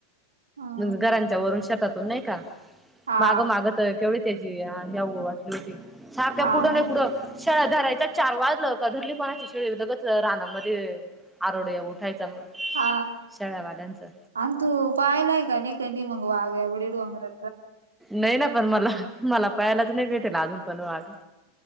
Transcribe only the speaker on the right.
हम्म
हा
हा
मग
हा
अंतु पायलाय का अनेकनी मगवाग बडीडू अंगर